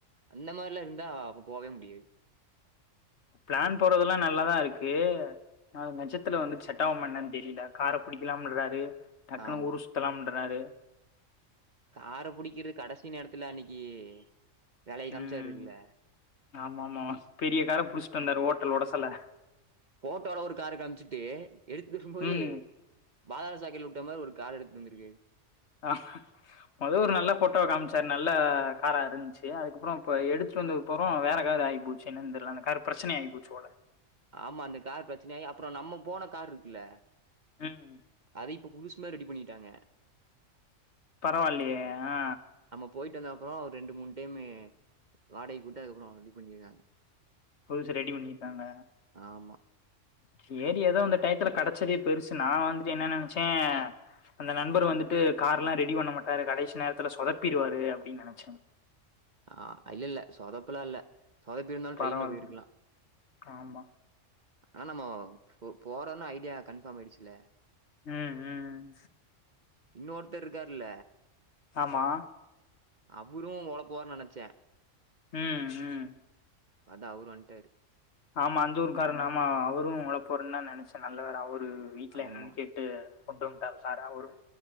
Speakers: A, on the right (about 40°); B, on the left (about 60°).
A: அந்த மாதிரிலா இருந்தா அப்ப போகவே முடியாது
B: பிளான் போறதெல்லா நல்லாதா இருக்கு நா நெஜத்துல வந்து செட்டாவ்மாடன்னு தெரில கார புடிக்கலாம்றாரு டக்குனு
A: ஆமா
B: ஊரு சுத்தலாம்ன்டராரு
A: கார புடிக்கிற கடசி நேரத்துல அன்னைக்கி வேலய காமிச்சாருல
B: ம் ஆமா ஆமா பெரிய கார புடிச்சிட்டு வந்தாரு ஓட்டல் உடசல
A: போட்டோல ஒரு கார காமிச்சிட்டு எடுத்துக்கும் போது
B: ம்
A: பாதாள சாக்கடைல உட்ட மாரி ஒரு காரு எடுத்துடு வந்திருக்கு
B: ஆ மொத ஒரு நல்ல போட்டோவ காம்ச்சாரு நல்ல காரா இறுஞ்ச்சு அதுக்கப்றோ இப்ப எடுத்ட்டு வந்து அப்புறம் வேற காரு ஆகிபோச்சு என்னனுதெரில அந்த காரு பிரச்சனையாகி போச்சு போல
A: ஆமா அந்த கார் பிரச்சனயாகி அப்றோ நம்ம போன காரு இருக்குல்ல
B: ம்
A: அத இப்ப புதுசுமாரி ரெடி பண்ணிட்டாங்க
B: பரவாயில்லயே ஆ
A: நம்ம போயிட்டு வந்த அப்ரோ ஒரு ரெண்டு மூணு டைமு வாடகைகு விட்டு அதுக்கப்புறோ ரெடி பண்ணியிருக்காங்க
B: புதுசு ரெடி பண்ணிக்கிட்டாங்க
A: ஆமா
B: சேரி ஏதோ இந்த டையத்துல கெடச்சதே பெருசு நா வந்து என்ன நெனச்சே அந்த நண்பர் வந்துட்டு காருல்லாம் ரெடி பண்ண மாட்டாரு கடைசி நேரத்துல சொதப்பிடுவாரு அப்டின்னு நெனைச்ச
A: ஆ இல்லல்ல சொதப்பல இல்ல சொதப்பிருந்தாலு
B: பரவால்ல
A: ட்ரெயின்ல போயிருக்கலா
B: ஆமா
A: ஆனா நம்ம போ போறோன்னு ஐடியா கன்ஃபார்ம் ஆயிடுச்சுல
B: ம் ம்
A: இன்னொருத்தர் இருக்கார்ல
B: ஆமா
A: அவுரு ஒளப்புவாரு நெனச்ச
B: ம் ம்
A: பாத்த அவுரு வந்டாரு
B: ஆமா அந்த ஊருக்கார ஆமா அவரும் ஓழப்புவருன்னு தா நெனச்சா நல்லவேல அவரு வீட்ல
A: ஆமா.
B: என்னன்னு கேட் டு கொண்டு வன்டாங்க சாரு அவரும்